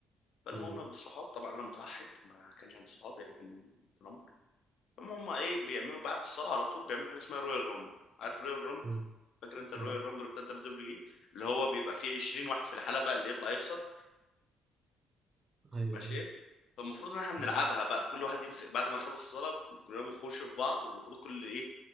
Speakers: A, on the left; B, on the right.
A: فالمهم
B: امم
A: بالصحاب طبعا أنا متوحد ما كانش عندي صحاب يعني كان تنمر هم هم ايه بيعملوا بعد الصلاه على طول بيعملوا حاجه اسمها رويال رامبل عارف رويال رامبل
B: أمم.
A: فاكر انت الرويال
B: لا
A: رامبل بتاع الدبليو دبليو اي اللي هو بيبقى فيه 20 واحد في الحلبه اللي يطلع يخسر
B: ايوه
A: ماشي
B: ايوه
A: فالمفروض ان احنا بنلعبها
B: أمم.
A: بقى كل واحد يمسك بعد ما يخلص الصلاه كلنا بنخش في بعض والمفروض كل ايه